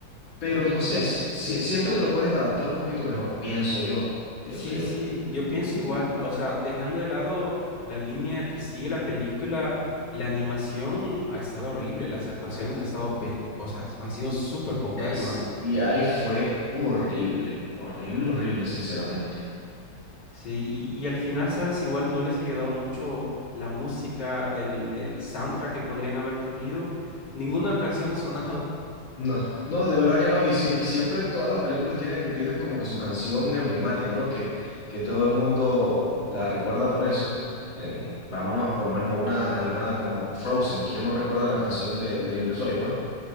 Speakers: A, on the left; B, on the left.
A: Pero
B: Oye,
A: no
B: y
A: sé,
B: ya...
A: si- si,
B: sí.
A: siento que lo pueden adaptar un poquito mejor, pienso yo, pienso
B: Sí,
A: yo.
B: sí, yo pienso igual, o sea, dejando de lado la línea que sigue la película, la animación ha estado horrible, las actuaciones ha estado pe- o sea, han sido súper paupérrimas.
A: El CGI fue horrible, horrible, horrible, sinceramente.
B: Sí, y, y al final, sabes, igual no les ha ayudado mucho la música, el, el soundtrack que podrían haber tenido, ninguna canción ha sonado. <laughs>
A: No, no, de verdad que no. Y, si- y siempre todas las películas tienen, tienen como que su canción emblemática, ¿no? Que, que todo el mundo la recuerda por eso. Em, vámonos por lo menos a una animada como Frozen. ¿Quién no recuerda la canción de, de Libre Soy, pues?